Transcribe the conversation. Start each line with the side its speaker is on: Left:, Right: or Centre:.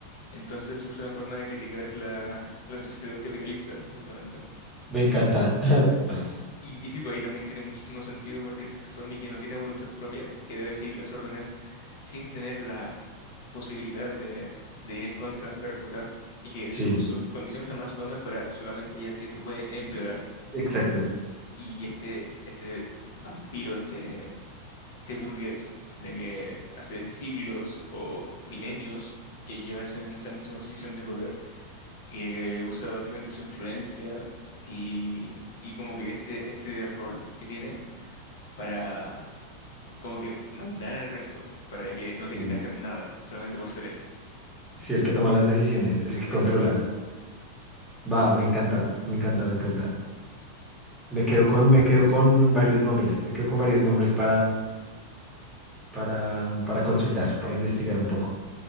Left: Entonces, es una forma de criticar la, la sociedad capitalista, justamente.
Centre: Me encanta. <laughs>
Left: Y, y sí, pues ahí también tiene muchísimo sentido porque es este zombie que no tiene voluntad propia, que debe seguir las órdenes sin tener la posibilidad de, de ir en contra, de refutar, y que
Centre: Sí,
Left: su, su condición jamás va a mejorar, solamente ya si eso puede empeorar.
Centre: exacto.
Left: Y este, este vampiro, este, este burgués de que hace siglos o milenios que lleva ese- en esa misma posición de poder y de que usa básicamente su influencia y, y como que este, este rol que tiene para como que mandar al resto, para que no tenga
Centre: Sí.
Left: que hacer nada, solamente por ser él.
Centre: Sí, el que toma las decisiones, el que
Left: Exacto.
Centre: controla. Va, me encanta, me encanta, me encanta. Me quedo con, me quedo con varios nombres. Me quedo con varios nombres para, para, para consultar, para investigar un poco.